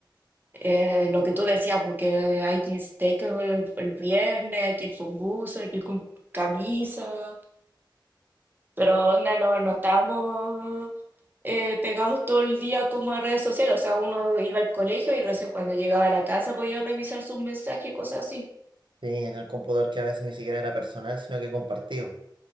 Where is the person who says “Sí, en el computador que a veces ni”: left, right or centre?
Right